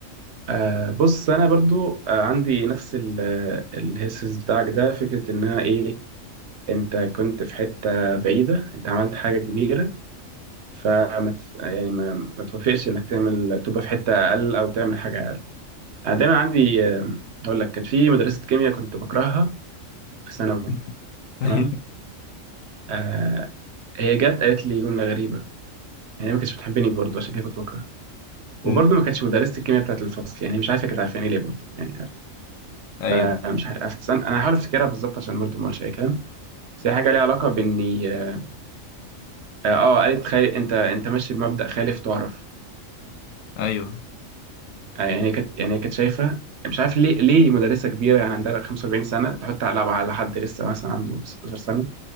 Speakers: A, on the right; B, on the left.
A: آه بص انا برضو آه عندي نفس الهيسس بتاعك ده فكره انها ايه انت كنت في حتة بعيدة انت عملت حاجة كبيرة فما ت- يعني ما, ما توافقش انك تعمل تبقى في حتة اقل او تعمل حاجة اقل انا دايما عندي آه، اقول لك كانت في مدرسة كيمياء كنت بكرهها في ثانوي
B: <laughs>
A: تمام
B: ايوه
A: آه هي جت قالت لي جملة غريبة يعني هي ما كانتش بتحبني برضه عشان كده كنت بكرهها وبرضه
B: أمم،
A: ما كانتش مدرسة الكيمياء بتاعت الفصل يعني مش عارفة كانت عارفاني ليه برضه يعني عارف.
B: ايوه
A: فمش عارف أفتسن- انا هحاول افتكرها بالظبط عشان برضه ما اقولش اي كلام بس هي حاجة ليها علاقة باني اه آه، قالت خالي انت انت ماشي بمبدأ خالف تعرف
B: ايوه
A: آه، يعني هي كانت يعني هي كانت شايفه يعني مش عارف ليه ليه مدرسه كبيره يعني عندها 45 سنه تحط على على حد لسه مثلا عنده 16 سنه